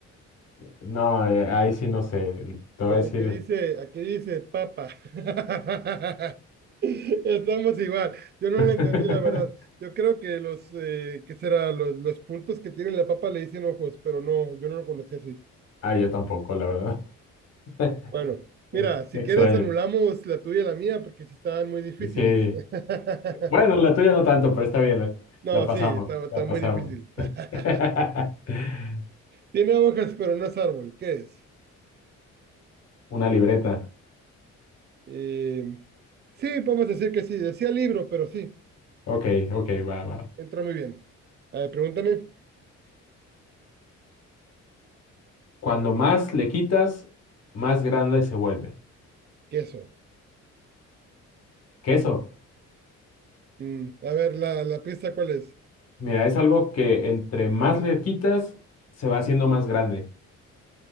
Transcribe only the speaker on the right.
Pues
aquí dice, aquí dice Papa. <laughs> Estamos igual. Yo no
la entendí, la verdad. Yo creo que los, eh, ¿qué será? Los, los puntos que tiene la papa le dicen ojos, pero no, yo no lo conocí así.
Bueno, mira,
si
quieres anulamos la tuya y la mía porque sí estaban muy difíciles.
<laughs>
No,
sí, está, está
muy difícil. <laughs>
Tiene hojas, pero no es árbol. ¿Qué es?
Eh, sí, vamos a decir que sí. Decía libro, pero sí,
entra muy bien. A ver, pregúntame,
queso.
Mm, a ver, la, la pista, ¿cuál es?